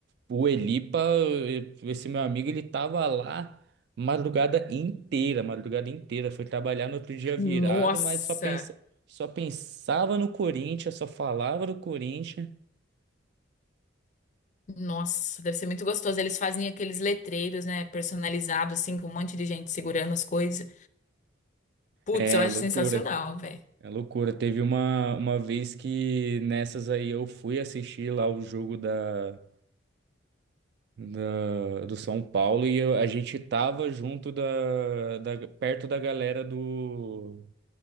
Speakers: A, on the right; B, on the left.
A: o Elipa, esse meu amigo, ele tava lá madrugada inteira, madrugada inteira. Foi trabalhar no outro dia virado,
B: Nossa!
A: mas só pensa, só pensava no Corinthians, só falava do Corinthians.
B: Nossa, deve ser muito gostoso. Eles fazem aqueles letreiros, né? Personalizados, assim, com um monte de gente segurando as coisas. Putz,
A: É
B: eu acho
A: loucura.
B: sensacional, velho.
A: É loucura. Teve uma, uma vez que nessas aí eu fui assistir lá o jogo da. da- do São Paulo e eu- a gente tava junto da, da- perto da galera do,